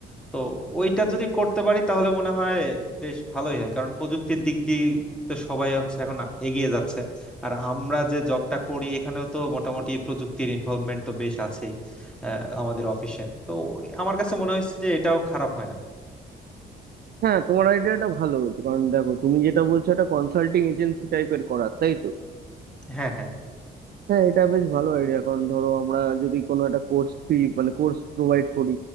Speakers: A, in the centre; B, on the right.
A: তো ওইটা যদি করতে পারি তাহলে মনে হয় বেশ ভালোই হয় কারণ প্রযুক্তির দিক দিয়ে তো সবাই হচ্ছে এখন এগিয়ে যাচ্ছে আর আমরা যে জবটা করি এখানেও তো মোটামুটি প্রযুক্তির ইনভলভমেন্ট তো বেশ আছেই আহ, আমাদের অফিসে তো আমার কাছে মনে হয়েছে যে এটাও খারাপ হয় না
B: হ্যাঁ তোমার আইডিয়াটা ভালো বলতে কারণ দেখো তুমি যেটা বলছো একটা কনসাল্টিং এজেন্সি টাইপের করার তাই তো
A: হ্যাঁ হ্যাঁ
B: হ্যাঁ এটা বেশ ভালো আইডিয়া কারণ ধরো আমরা যদি কোনো একটা কোর্স ফি মানে কোর্স প্রোভাইড করি